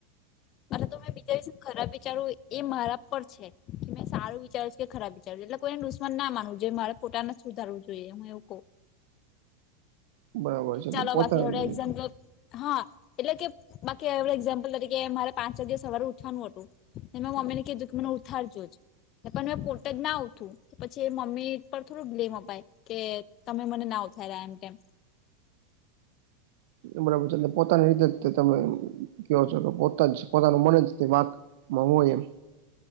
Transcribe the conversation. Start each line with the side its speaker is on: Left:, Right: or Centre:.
Left: અરે તો મેં બીજા વિશે ખરાબ વિચારવું એ મારા પર છે કે મેં સારું વિચાર્યું છે કે ખરાબ વિચારું છે એટલે કોઈને દુશમન ના માનવું જે મારે પોતાને જ સુધારવું જોઈએ હું એવું કહું
Right: બરાબર
Left: એ
Right: છે
Left: ચાલો
Right: તો પોતાની
Left: બાકી હ એક્ઝામપલ હા એટલે કે બાકી એડ એક્ઝામ્પલ તરીકે મારે પાંચ વા દિવસ સવાર ઉઠવાનું હતું મેં મમ્મી ને કીધું કે મને ઉથારીજો જ પણ મેં પોતે જ ના ઉઠું પછી એ મમ્મી પર થોડું બ્લેમ અપાય કે તમે મને ના ઉથાર્યા એમ કેમ
Right: બરાબર છે એટલે પોતાની રીતે જ તમે કવો છો કે પોતા જ પોતાનું મને તે વાકમાં હોુંય એમ